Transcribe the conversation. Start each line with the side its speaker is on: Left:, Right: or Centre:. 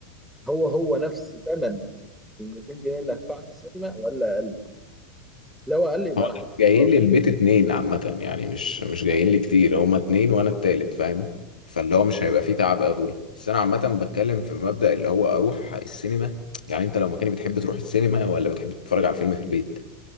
Centre: هو هو نفس ثمن ال 200 جنيه اللي هدفعها في السينما ولا اقل؟ لو اقل يبقى
Left: هو أنا
Centre: انا حاسس
Left: جايين
Centre: خلاص
Left: لي البيت اتنين عامة يعني مش مش جايين لي كتير هما اتنين وانا التالت فاهم فاللي هو مش هيبقى فيه تعب قوي بس انا عامة بتكلم في مبدأ اللي هو اروح السينما يعني انت لو مكاني بتحب تروح السينما ولا بتحب تتفرج على الفيلم في البيت